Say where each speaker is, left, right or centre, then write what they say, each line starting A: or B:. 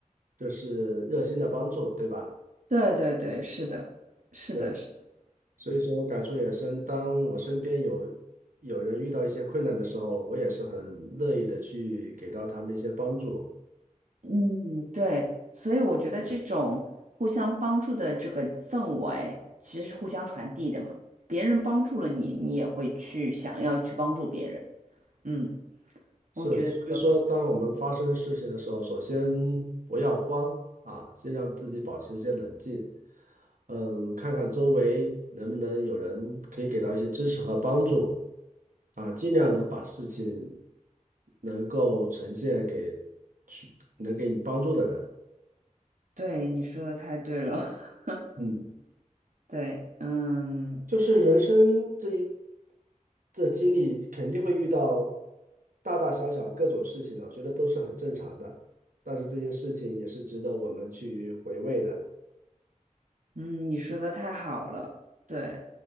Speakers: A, on the right (about 85°); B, on the right (about 70°).
A: 就是热心的帮助，对吧？
B: 对对对，是的，是的。
A: 对。
B: 是的。
A: 所以说我感触也深，当我身边有有人遇到一些困难的时候，我也是很乐意的去给到他们一些帮助。
B: 嗯，对，所以我觉得这种互相帮助的这个氛围，其实是互相传递的嘛。别人帮助了你，你也会去想要去帮助别人。嗯，
A: 是，
B: 我觉得这个，
A: 所以说，当我们发生事情的时候，首先不要慌啊，先让自己保持一些冷静，嗯，看看周围能不能有人可以给到一些支持和帮助啊，尽量能把事情能够呈现给去能给你帮助的人。
B: 对，你说的太对了。<laughs>
A: 嗯。
B: 对，嗯
A: 就是人生这一这经历，肯定会遇到大大小小各种事情的，我觉得都是很正常的。但是这些事情也是值得我们去回味的。
B: 嗯，你说的太好了。对，